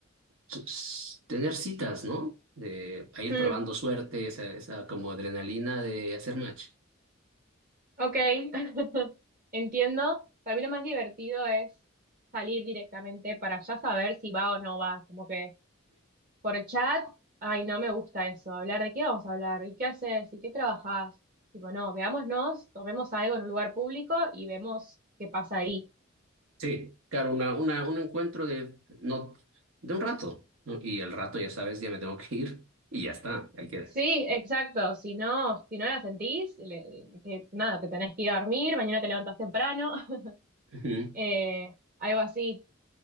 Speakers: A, on the right (about 80°); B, on the right (about 40°).
A: s- s- tener citas, ¿no? De a ir
B: Hmm,
A: probando suerte, esa, esa como adrenalina de hacer match.
B: ok, <laughs> entiendo. Para mí lo más divertido es salir directamente para ya saber si va o no va, como que Por chat, ay, no me gusta eso. Hablar de qué vamos a hablar, y qué haces, y qué trabajas Tipo, no, veámonos, tomemos algo en un lugar público y vemos qué pasa ahí.
A: Sí, claro, una, una, un encuentro de, no, de un rato, ¿no? Y el rato, ya sabes, ya me tengo que ir y ya está, ahí queda.
B: Sí, exacto. Si no, si no la sentís, le- te- nada, te tenés que ir a dormir, mañana te levantás temprano, <laughs>
A: Ujú,
B: eh, algo así.